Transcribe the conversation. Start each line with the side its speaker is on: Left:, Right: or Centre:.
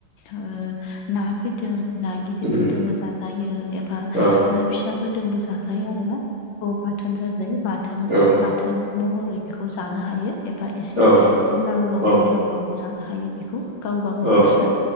Left: ओ ना फैजों नाय गिदिरफोरजोंबो
Right: उम
Left: जाजायो एबा
Right: औ
Left: ना फिसाफोरजोंबो जाजायो आरो ना। औ बाथोन जाजायो, बाथोन
Right: औ
Left: बाथोन महरै बेखौ जानो हायो एबा एसे
Right: औ उम
Left: लाव लाव
Right: औ
Left: दै लाव लावबो जानो हायो बेखौ गावबा गाव
Right: औ
Left: गोसो